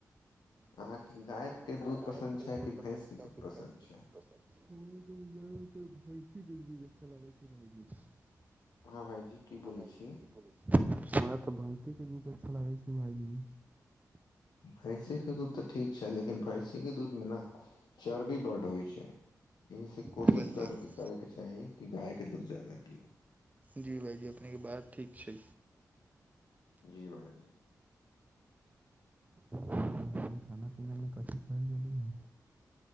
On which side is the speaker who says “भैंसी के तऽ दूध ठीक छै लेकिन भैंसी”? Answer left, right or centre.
Left